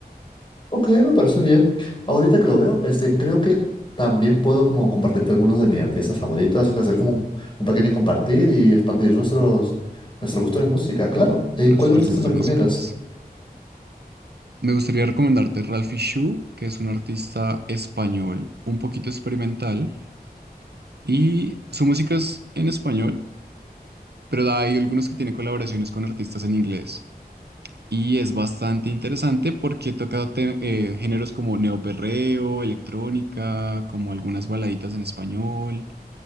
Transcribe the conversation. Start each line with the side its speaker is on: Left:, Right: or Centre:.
Left: Ok, me parece bien. Ahorita que lo veo, este, creo que también puedo como compartirte algunos de mis artistas favoritos, y hacer como un pequeño compartir y expandir nuestros, nuestro gusto de música, claro. Eh,
Right: nuestros
Left: ¿cuál artista
Right: gustos
Left: me recomiendas?
Right: musicales. Me gustaría recomendarte Ralphie Shu, que es un artista español un poquito experimental y su música es en español, pero hay algunos que tiene colaboraciones con artistas en inglés. Y es bastante interesante porque toca te- eh, géneros como neoperreo, electrónica, como algunas baladitas en español.